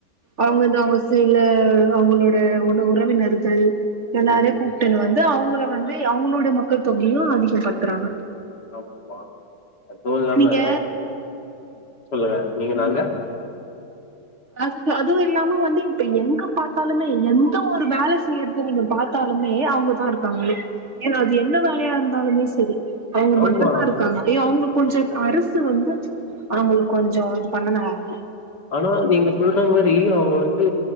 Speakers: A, on the right; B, on the left.
A: அவுங்க
B: ஆ
A: தா அவுங்க செய்ல அவங்களோட உன உறவினர்கள் எல்லாரையும்
B: ம் ம்
A: கூப்ட்டுன்னு வந்து அவுங்க ள வந்து கி அவங்களோட மக்கள் தொகையும் அதிகம் படுத்துறாங்க
B: ஆமா அதுவு இல்லாம
A: நீங்க
B: சொல்லுங்க நீங்க நாங்க
A: அதுக்கு அதுவும் இல்லாம வந்து இப்ப எங்க பாத்தாலுமே எந்த ஒரு வேல செய்யறது நீங்க பாத்தாலுமே அவுங்கதான் இருப்பாங்களே ஏன்னா அது என்ன வேலையா இருந்தாலுமே செரி அவுங்க
B: ஆமா
A: மட்டும்தான் இருக்காங்க ஏ அவுங்க கொஞ்சம் அரசு வந்து அவங்களுக்கு கொஞ்சம் இது பண்ண நல்லா இருக்கும்
B: ஆனா நீங்க சொல்ற மாரி அவங்க வந்து